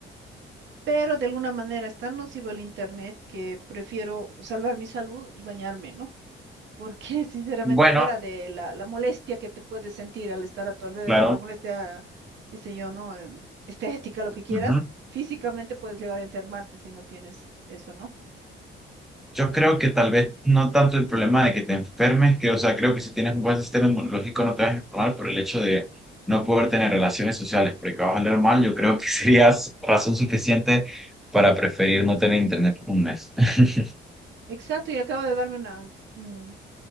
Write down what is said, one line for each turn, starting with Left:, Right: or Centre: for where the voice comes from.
Right: Pero de alguna manera es tan nocivo el Internet que prefiero salvar mi salud y bañarme, ¿no? Porque <laughs> sinceramente
Centre: Bueno,
Right: fuera de la, la molestia que te puedes sentir al estar a tu alrededor,
Centre: claro.
Right: la molestia, qué sé yo, ¿no? Em, Estética, lo que quieras,
Centre: Ujú.
Right: físicamente puedes llegar a enfermarte si no tienes eso, ¿no?
Centre: Yo creo que tal vez no tanto el problema de que te enfermes, que, o sea, creo que si tienes un buen sistema inmunológico no te vas a enfermar por el hecho de no poder tener relaciones sociales, porque vas a oler mal, yo creo que <laughs> serías razón suficiente para preferir no tener internet un mes. <laughs>
Right: Exacto, y acaba de darme una... mm,